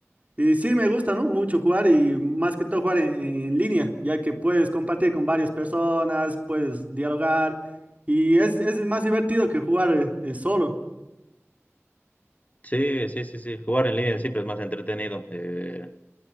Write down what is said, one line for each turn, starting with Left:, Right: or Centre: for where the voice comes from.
Right: Y sí, me gusta, ¿no? Mucho jugar y más que todo jugar en, en línea, ya que puedes compartir con varias personas, puedes dialogar y es, es más divertido que jugar eh, eh, solo.
Left: Sí, sí, sí, sí. Jugar en línea siempre es más entretenido. eh,